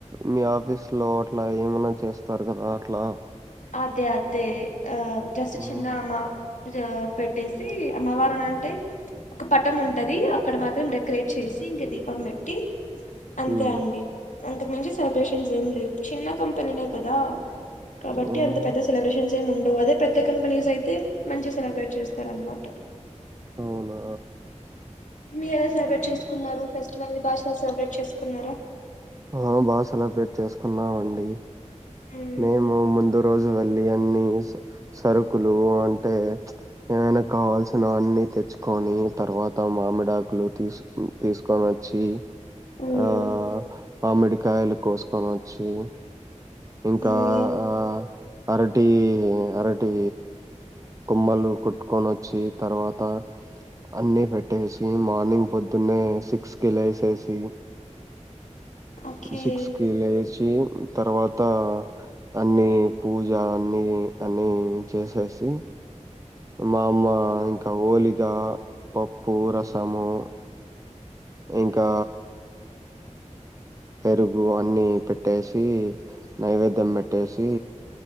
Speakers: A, on the right; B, on the left.
A: మీ ఆఫీస్ లో అట్లా ఏమైనా చేస్తారు కదా అట్లా
B: అదే అదే ఆ జస్ట్
A: హ్మ్
B: చిన్న మా రా పెట్టేసి అమ్మవారునంటే ఒక పటం ఉంటది అక్కడ మాత్రం డెకరేట్ చేసి ఇంక దీపం పెట్టి అంతే
A: హ్మ్.
B: అండి అంతకు మించి సెలబ్రేషన్స్ ఏం లేవు చిన్న కంపెనీనే కదా కబట్
A: హ్మ్.
B: అంటే అంత పెద్ద సెలబ్రేషన్ ఏం ఉండ్ అవదు అదే పెద్ద కంపెనీస్ అయితే మంచి సెలబ్రేట్ చేస్తారనమాట
A: అవునా
B: మీరు ఎలా సెలబ్రేట్ చేసుకున్నారు ఫెస్టివల్ భాష గా సెలబ్రేట్ చేసుకున్నారా?
A: ఆ బాగా సెలబ్రేట్ చేసుకున్నావండి
B: ఉమ్,
A: మేము ముందు రోజు వెళ్లి అన్ని సరుకులు అంటే చుప్ ఏమైనా కావాల్సిన అన్ని తెచ్చుకొని తర్వాత మామిడాకులు తీస్ తీసుకొని వచ్చి
B: ఉమ్,
A: ఆ మామిడికాయలు కోసుకొని వచ్చి ఇంకా
B: ఉమ్,
A: ఆ అరటి అరటి కొమ్మలు కొట్టుకొని వచ్చి తర్వాత అన్ని పెట్టేసి మార్నింగ్ పొద్దున్నే సిక్స్ కి లేేసేసి
B: ఓకే
A: సిక్స్ కి లేస్ వచ్చి తర్వాత్ తా అన్ని పూజ అన్ని అన్ని చేసేసి మా మా కవోలిగా పప్పు రసము ఇంకా పెరుగు అన్ని పెట్టేసి నైవేద్యం పెట్టేసి